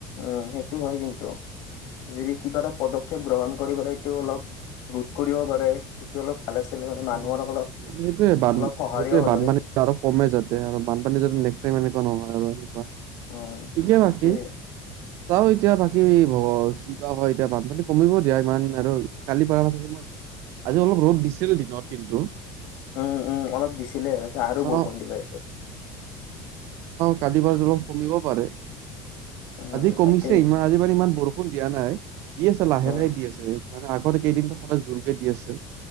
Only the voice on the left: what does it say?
উ সেইটো হয় কিন্তু। যদি কিবা এটা পদক্ষেপ গ্ৰহণ কৰিব পাৰে এইটো অলপ ৰোধ কৰিব পাৰে এইটো অলপ। ভাল আছিলে মানে মানুহৰ
অলপ
অলপ সহায়ো
হ'ল
হয়
উম
তাকেই
উম উম অলপ দিছিলে আৰু
বৰষুণ দিলে ষ্টাৰ্ট।
উম,
তাকেই
উম,